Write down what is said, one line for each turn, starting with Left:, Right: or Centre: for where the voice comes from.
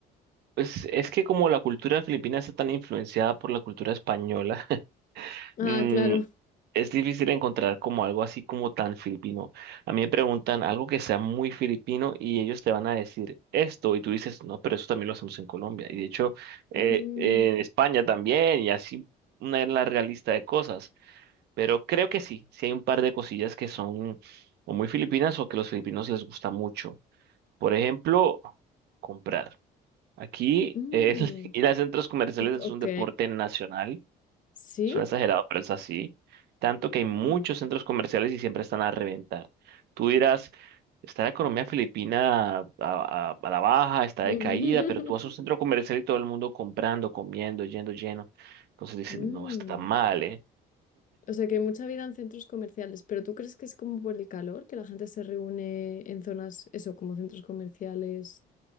Right: Pues es que como la cultura filipina está tan influenciada por la cultura española, <laughs>
Left: Ah,
Right: mm,
Left: claro.
Right: es difícil encontrar como algo así como tan filipino. A mí me preguntan algo que sea muy filipino y ellos te van a decir esto y tú dices, no, pero eso también lo hacemos en Colombia. Y de hecho, eh,
Left: Mm,
Right: en España también y así una larga lista de cosas. Pero creo que sí, sí hay un par de cosillas que son o muy filipinas o que los filipinos les gusta mucho. Por ejemplo, comprar. Aquí
Left: mm,
Right: el <laughs> ir a centros comerciales
Left: o-
Right: es
Left: ok,
Right: un deporte nacional.
Left: sí.
Right: Suena exagerado, pero es así. Tanto que hay muchos
Left: Oh.
Right: centros comerciales y siempre están a reventar. Tú dirás, está la economía filipina a, a- a la baja, está
Left: <laughs>
Right: decaída, pero tú vas a un centro comercial y todo el mundo comprando, comiendo, yendo lleno. Entonces dicen,
Left: Mm,
Right: no, está mal, ¿eh?
Left: O sea que hay mucha vida en centros comerciales, pero ¿tú crees que es como por el calor, que la gente se reúne en zonas, eso, como centros comerciales?